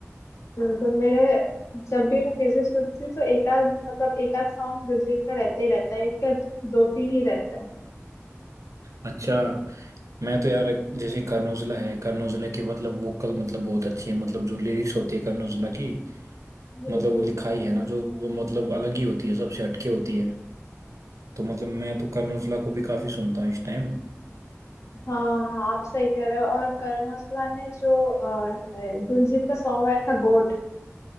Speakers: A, on the left; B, on the right.
A: बिल्कुल मेरे जब भी मैं म्यूजिक सुनती हूँ तो एक आध मतलब एक आध सॉन्ग दिलजीत का रहता ही रहता है एक या दो तीन ही रहते हैं
B: अच्छा मैं तो यार एक- जैसे कर्नोजुला है कर्नोजुला की मतलब वोकल मतलब बहुत अच्छी है मतलब जो लिरिक्स होती है कर्नोजुला की
A: जी
B: मतलब
A: जी
B: वो लिखाई है ना जो वो मतलब अलग ही होती है सबसे हटके होती है तो मतलब मैं तो कर्नोजुला को भी काफी सुनता हूँ इस टाइम
A: हाँ हाँ आप सही कह रहे हो और करण औजला ने जो अ, अ, दिलजीत का सॉन्ग आया था गोट